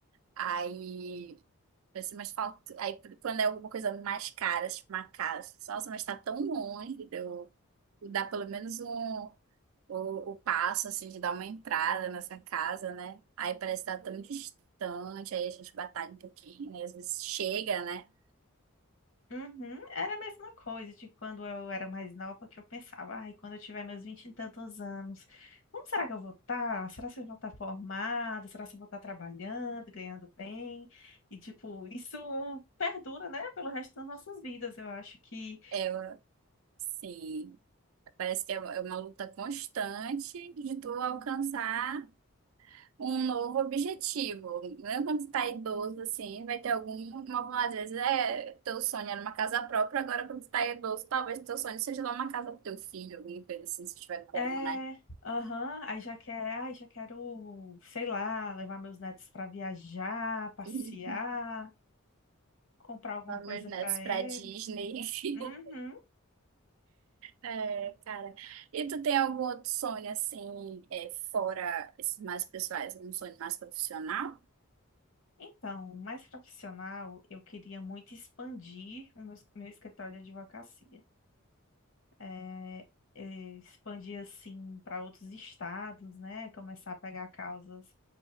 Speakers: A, on the right; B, on the left.
A: aí, pensa, mas falta, aí quando é alguma coisa mais cara, tipo uma casa, nossa, mas tá tão longe, de eu de eu dar pelo menos um, o, o passo, assim, de dar uma entrada nessa casa, né? Aí parece que tá tão distante, aí a gente batalha um pouquinho, né? Às vezes chega, né?
B: Uhum, era a mesma coisa de quando eu era mais nova, que eu pensava, ai, quando eu tiver meus vinte e tantos anos, como será que eu vou estar? Será que eu vou estar formada? Será que eu vou estar trabalhando, ganhando bem? E, tipo, isso perdura, né, pelo resto das nossas vidas. Eu acho que
A: É, sim. Parece que é é uma luta constante de tu alcançar um novo objetivo. Mesmo quando tu tá idoso, assim, vai ter algum... Algumas às vezes é, teu sonho era uma casa própria, agora quando tu tá idoso, talvez teu sonho seja dar uma casa pro teu filho, alguma coisa assim, se tiver como,
B: é,
A: né?
B: aham, aí já quer, ai, já quero, sei lá, levar meus netos para viajar, passear,
A: E
B: comprar alguma
A: levar
B: coisa
A: meus netos
B: para
A: pra
B: eles.
A: Disney. <laughs>
B: Uhum.
A: É, cara. E tu tem algum outro sonho, assim, é, fora esses mais pessoais, um sonho mais profissional?
B: Então, mais profissional, eu queria muito expandir o meu, meu escritório de advocacia. É, é, expandir, assim, para outros estados, né? Começar a pegar causas,